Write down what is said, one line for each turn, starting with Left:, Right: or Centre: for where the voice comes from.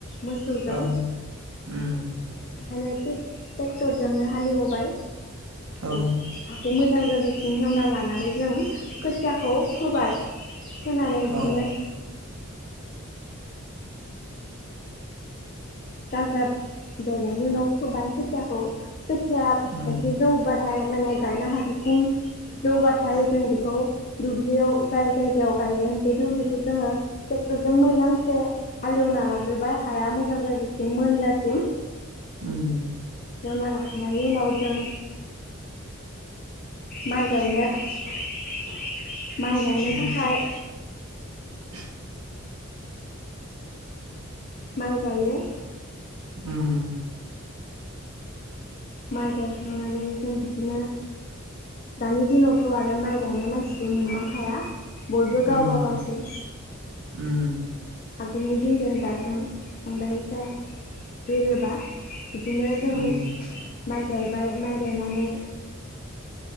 Left: मोसौजों।
Right: औ उम।
Left: ओंखायनो टेक-ट्रेक्टरजोंनो हालेवबाय।
Right: औ
Left: उम हाखौ मो जां जाजासिम एवना लानानै जों खोथियाखौ फोबाय। फोनानै
Right: औ
Left: बिदिनो गाजाब बेरनायनि उनाव फोबाय खोथियाखौ खोथिया
Right: उम
Left: एसे जौबा थाय माने गायनो हाजासिम जौबाथाय जों बेखौ दुब्लियाव जाय जायगायाव गायगोन बे दुब्लिखौ जोङो ट्रेक्टरजों मोजांसे हालेवना लाग्रोबाय हाया मोजां जाजा सिम मोनजासिम।
Right: उम।
Left: एवना लाखांनायनि उनाव जों माइ गायनो <unintelligible> माइ गायनो
Right: उम
Left: थाखाय
Right: <inaudible>
Left: माइ गाइयो।
Right: उम।
Left: माइ गायखांनानै, जों बिदिनो दानि दिनावथ' आरो माइ गायनाय मानसिबो मोनबांखाया। बयबो
Right: उम
Left: गावबा गावसो
Right: उम
Left: आगोलनि दिनजों दाजों बांद्राय जाया गोरोबा। बिदिनो जों
Right: उम
Left: माइ गायबाय माइ गायनानै